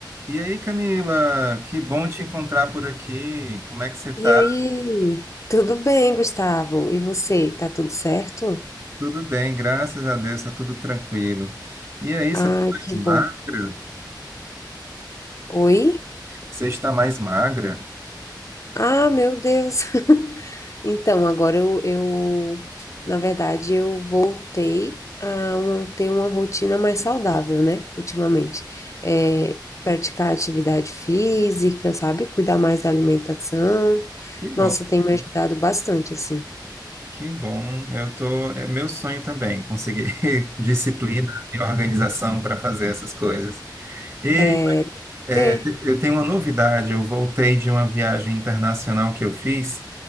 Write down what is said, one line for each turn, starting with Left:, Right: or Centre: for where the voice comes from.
Right: E aí, Camila, que bom te encontrar por aqui. Como é que você tá?
Left: E aí? Tudo bem, Gustavo? E você? Tá tudo certo?
Right: Tudo bem, graças a Deus, tá tudo tranquilo. E aí,
Left: Ah,
Right: você tá mais
Left: que
Right: magra?
Left: bom. Oi?
Right: Você está mais magra?
Left: Ah, meu Deus. <laughs> Então, agora eu, eu, na verdade, eu voltei a um- ter uma rotina mais saudável, né? Ultimamente. É, praticar atividade física, sabe? Cuidar mais da alimentação.
Right: Que bom,
Left: Nossa, tem
Right: que
Left: me
Right: bom.
Left: ajudado bastante, assim.
Right: Que bom. Eu tô, é meu sonho também, conseguir <laughs> disciplina e organização para fazer essas coisas. E
Left: É,
Right: é,
Left: ter.
Right: eu tenho uma novidade, eu voltei de uma viagem internacional que eu fiz.